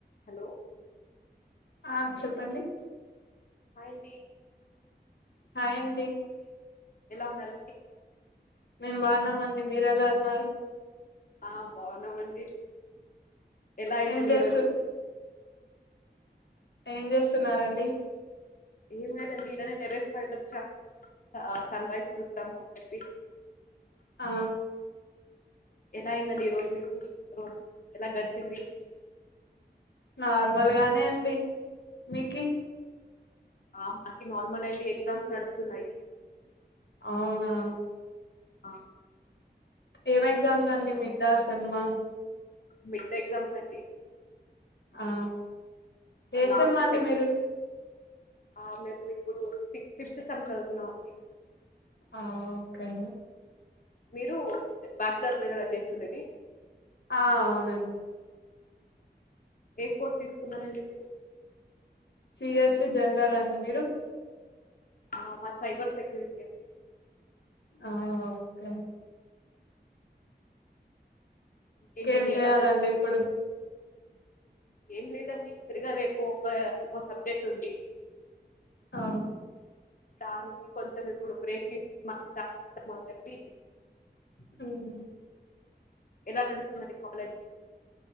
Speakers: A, on the left; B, on the left.
A: Hello
B: ఆ చెప్పండి
A: hi ండి
B: హాయ్ అం
A: ఎలా ఉన్నారండి
B: మేం బాన్నామండి మీరు ఎలా ఉన్నారు
A: ఆ బావున్నామండి ఎలా అయిందండి
B: ఏం చేస్తు
A: ఈరోజు
B: ఏం చేస్తున్నారండి
A: ఏం లేదండి ఇలానే టెర్రస్ పైట వచ్చాం సన్ రైజ్ చూస్తాము అని చెప్పి
B: ఆ
A: ఎలా ఐందండి ఈ రోజ మీకు రోజ ఎలా గడిచింది
B: నార్మల్గానే అండి మీకి
A: ఆ మాకి నార్మల్ అండి ఎగ్జామ్స్ నడుస్తున్నాయి.
B: అవునా
A: ఆ
B: ఏం ఎగ్జామ్స్ అన్ని మీకు దాస్ సెమ్మా
A: మిడ్ ఎగ్జామ్స్ అండి
B: ఆ ఏ
A: లాస్ట్
B: సెమ్ అండి
A: సెక్
B: మీరు
A: ఆ మేము ఇప్పుడు సిక్ ఫిఫ్త్ సెమ్ చదువుతున్నామండి
B: ఆ ఓకే
A: మీరు బ్యాచలర్ <unintelligible> చేస్తున్నది
B: ఆ అవునండి
A: ఏ కోర్స్ తీసుకున్నారండి మీరు
B: పిఎస్సి జనరల్ అండి మీరు
A: ఆ మ సైబర్ సెక్యూరిటీ అండి
B: ఆ ఓకే
A: ఇంకేంటండి
B: ఇంకేం చేయాలండి
A: ఎలా నడుస్తు
B: ఇప్పుడు
A: ఏం లేదండి తిరగా రేపు ఒక ఒక సబ్జెక్ట్ ఉంది
B: ఆ
A: దానికి కొంచం ఇప్పుడు బ్రేక్ మ ఇద్దామని అని చెప్పి
B: హ్మ్
A: ఎలా నడుస్తుందండి కాలేజ్